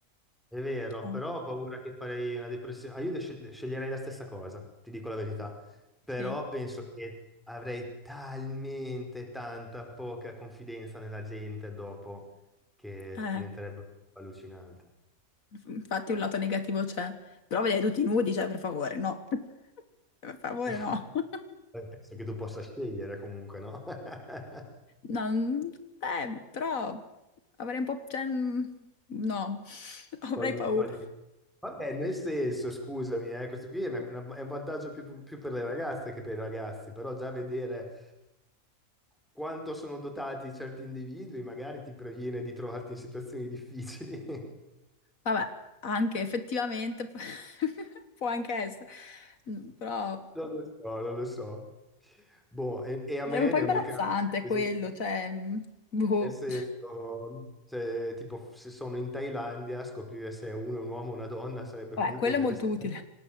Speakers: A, in the centre; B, on the left (about 70°).
A: È vero,
B: Oh,
A: però ho paura che farei una depressione. Ah, io de- sceg- sceglierei la stessa cosa, ti dico la verità. Però
B: sì.
A: penso che avrei talmente tanta poca confidenza nella gente dopo che
B: Eh,
A: diventerebbe allucinante.
B: Infatti un lato negativo c'è, però vedere tutti nudi, cioè per favore, no. <laughs> Per favore,
A: <laughs>
B: no. <laughs>
A: Poi Penso che tu possa scegliere comunque, no? <laughs>
B: No, mm, eh, però avrei un po'... cioè, mm, no, <laughs>
A: Togli,
B: avrei paura.
A: togli. Vabbè, nel senso, scusami, eh, questo qui è, una- una- è un vantaggio più, più- più per le ragazze che per i ragazzi, però già vedere quanto sono dotati certi individui magari ti previene di trovarti in situazioni difficili.
B: Vabbè,
A: <laughs>
B: anche effettivamente p- <laughs> può anche essere, Mm, però
A: Non lo so, non lo so. Boh, e, e a me
B: sarebbe un po'
A: nel
B: imbarazzante
A: mio caso, per
B: quello,
A: esempio,
B: cioè... mm, Boh.
A: nel senso,
B: <laughs>
A: se, tipo, se sono in Thailandia, scoprire se uno è un uomo o una donna sarebbe
B: Vabbè,
A: comunque
B: quello
A: interessante.
B: è molto utile.